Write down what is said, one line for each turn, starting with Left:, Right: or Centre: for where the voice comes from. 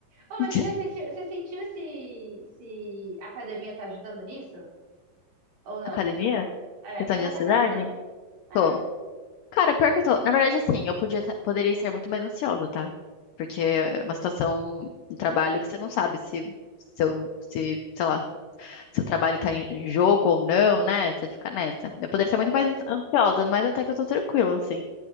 Right: Oh, mas
Left: <laughs>
Right: você já sentiu, você sentiu se, se a academia tá ajudando nisso? Ou não?
Left: Academia?
Right: Tipo, é,
Left: Questão
Right: porque você
Left: de
Right: tá
Left: ansiedade?
Right: fazendo, né? É,
Left: Tô. Cara, pior que eu tô. Na verdade, assim, eu podia, ta- poderia estar muito mais ansiosa, tá? Porque é uma situação no trabalho que você não sabe se seu, se, sei lá, seu trabalho tá em em jogo ou não, né? Você fica nessa. Eu poderia estar
Right: aham.
Left: muito mais ansiosa, mas até que eu tô tranquila, assim.